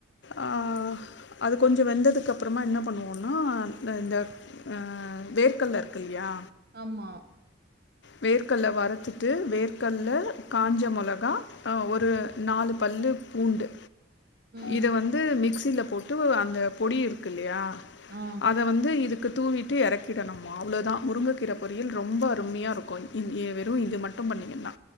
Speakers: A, on the left; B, on the right.
A: ஆ அது கொஞ்சோ வெந்ததுக்குகப்றமா என்ன பண்ணுவோனா இந்தந்த ஆ வேர்கல்ல இருக்குல்லையா
B: ஆமா
A: வேர்க்கல்ல வறத்துட்டு வேர்க்கல்ல காஞ்ச மிளகா ஒரு நாலு பல்லு பூண்டு
B: ம்
A: இத வந்து மிக்ஸ் சில போட்டு அந்த பொடி இருக்குல்லையா
B: ஆ
A: அத வந்து இதுக்கு தூவிட்டு எறக்கிடணுமோ அவ்ளோதா முருங்கக்கீர பொரியல் ரொம்ப அருமையாருக் கூ ங் எ வெறூ இது மட்டூ பண்ணீங்கன்னா